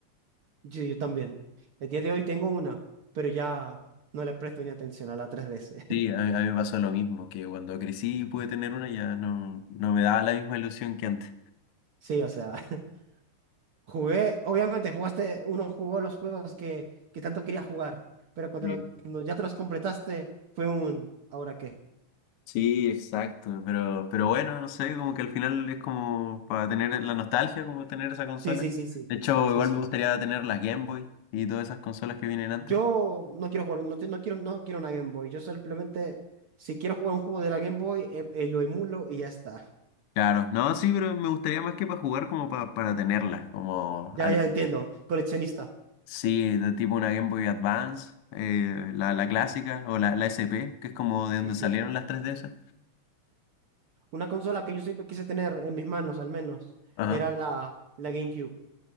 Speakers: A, on the right; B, on the left.
A: Yo, yo también. El día de hoy tengo una, pero ya no le presto ni atención a la 3DS.
B: Sí,
A: <laughs>
B: a, a mí me pasó lo mismo, que cuando crecí y pude tener una ya no, no me daba la misma ilusión que antes.
A: Sí, o sea, <laughs> jugué, obviamente jugaste, uno jugó los juegos que, que tanto quería jugar, pero cuando,
B: Sí,
A: lo- cuando ya te los completaste fue un, ¿ahora qué?
B: Sí, exacto, pero, pero bueno, no sé, como que al final es como para tener la nostalgia, como tener esa consola.
A: Sí, sí, sí, sí.
B: De hecho,
A: Sí,
B: igual
A: sí.
B: me gustaría tener las Game Boy y todas esas consolas que vienen antes.
A: Yo no quiero jugar, no, te- no quiero, no quiero una Game Boy. Yo simplemente, si quiero jugar un juego de la Game Boy, eh, eh, lo emulo y ya está.
B: Claro, no, sí, pero me gustaría más que para jugar, como para, para tenerlas, como
A: Ya,
B: al...
A: ya entiendo. Coleccionista.
B: Sí, de tipo una Game Boy Advance, eh, la, la clásica o la, la SP, que es como de
A: Sí,
B: donde
A: sí.
B: salieron las tres de esas.
A: Una consola que yo siempre quise tener en mis manos, al menos,
B: Ajá.
A: era la, la GameCube